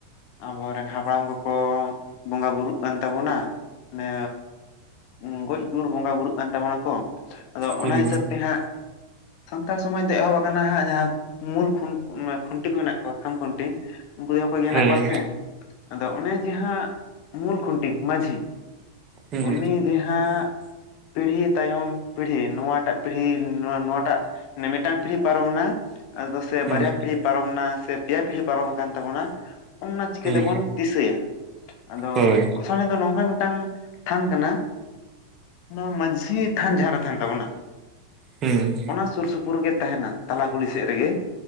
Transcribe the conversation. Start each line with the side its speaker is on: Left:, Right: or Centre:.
Left: ᱟᱵᱚᱨᱮᱱ ᱦᱟᱯᱲᱟᱢ ᱠᱚᱠᱚ ᱵᱚᱸᱜᱟ ᱵᱩᱨᱩᱜ ᱠᱟᱱ ᱛᱟᱵᱚᱱᱟ ᱢᱟᱱᱮ ᱩᱸ ᱜᱚᱡ ᱜᱩᱨ ᱵᱚᱸᱜᱟ ᱵᱩᱨᱩᱜ ᱠᱟᱱ ᱛᱟᱵᱚᱱᱟᱠᱚ ᱟᱫᱚ
Right: ᱦᱩᱸ
Left: ᱚᱱᱟ ᱦᱤᱥᱟᱹᱵ ᱛᱮ ᱦᱟᱸᱜ ᱥᱟᱱᱛᱟᱲ ᱥᱚᱢᱟᱡᱽ ᱫᱚ ᱮᱦᱚᱵ ᱟᱠᱟᱱᱟ ᱦᱟᱸᱜ ᱡᱟᱦᱟᱸ ᱢᱩᱞ ᱠᱷᱩᱱ ᱢᱟᱱᱮ ᱠᱷᱩᱱᱴᱤ ᱠᱚ ᱢᱮᱱᱟᱜ ᱠᱚᱣᱟ ᱠᱷᱟᱢ ᱠᱷᱩᱱᱴᱤ, ᱩᱱᱠᱩ ᱫᱚ ᱠᱷᱚᱡ ᱜᱮ ᱦᱮᱱᱟᱜ
Right: ᱦᱮᱸ
Left: ᱠᱚᱣᱟ ᱥᱮ, ᱟᱫᱚ ᱚᱱᱮ ᱡᱟᱦᱟᱸ ᱢᱩᱞ ᱠᱷᱩᱱᱴᱤ ᱢᱟᱺᱡᱷᱤ,
Right: ᱦᱩᱸ
Left: ᱩᱱᱤ ᱡᱟᱦᱟᱸ ᱯᱤᱲᱦᱤ ᱛᱟᱭᱚᱢ ᱯᱤᱲᱦᱤ ᱱᱚᱣᱟᱴᱟᱜ ᱯᱤᱲᱦᱤ ᱱᱚᱣᱟ ᱱᱚᱣᱟᱴᱟᱜ ᱱᱮ ᱢᱤᱫᱴᱟᱝ ᱯᱤᱲᱦᱤ ᱯᱟᱨᱚᱢ ᱱᱟ, ᱟᱫᱚ ᱥᱮ
Right: ᱦᱩᱸ
Left: ᱵᱟᱨᱭᱟ ᱯᱤᱲᱦᱤ ᱯᱟᱨᱚᱢ ᱱᱟ ᱥᱮ ᱯᱮᱭᱟ ᱯᱤᱲᱦᱤ ᱯᱟᱨᱚᱢ ᱟᱠᱟᱱ ᱛᱟᱵᱚᱱᱟ ᱚᱱᱱᱟ ᱪᱤᱠᱟᱹ
Right: ᱦᱩᱸ
Left: ᱛᱮᱵᱚᱱ ᱫᱤᱥᱟᱹᱭᱟ, ᱟᱫᱚ
Right: ᱦᱳᱭ
Left: ᱜᱚᱸᱥᱟᱬᱮ ᱫᱚ ᱱᱚᱝᱠᱟ ᱢᱤᱫᱴᱟᱝ ᱛᱷᱟᱱ ᱠᱟᱱᱟ ᱱᱚᱣᱟ ᱢᱟᱺᱡᱷᱤ ᱛᱷᱟᱱ ᱡᱟᱦᱟᱸᱨᱮ ᱛᱟᱦᱮᱱ ᱛᱟᱵᱚᱱᱟ
Right: ᱦᱮᱸ᱾
Left: ᱚᱱᱟ ᱥᱩᱨ ᱥᱩᱯᱩᱨ ᱨᱮᱜᱮ ᱛᱟᱦᱮᱱᱟ, ᱛᱟᱞᱟ ᱠᱩᱞᱦᱤ ᱥᱮᱫ ᱨᱮᱜᱮ,